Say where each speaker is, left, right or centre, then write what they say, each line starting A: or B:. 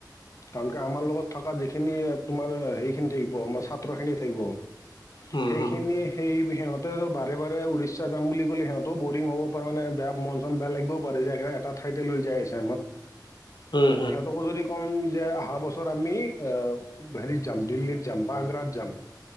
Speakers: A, on the left; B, on the left.
A: কাৰণ কি আমাৰ লগত থকা যিখিনি তোমাৰ হেৰিখিনি থাকিব আমাৰ ছাত্ৰ খিনিয় থাকিব।
B: হম
A: সেইখিনি
B: হম
A: সেই সিহঁতেতো বাৰে বাৰে উৰিষ্যা যাম বুলি ক'লে সিহঁতও বৰিং হ'ব পাৰে মানে বেয়া মন চন বেয়া লাগিবও পাৰে যেগাই এটা ঠাইতে লৈ যাই আছে আমাক।
B: হম
A: সিহঁতকো যদি কম যে অহা বছৰ আমি এ ঘৰি যাম দিল্লীত যাম বা আগ্ৰাত যাম।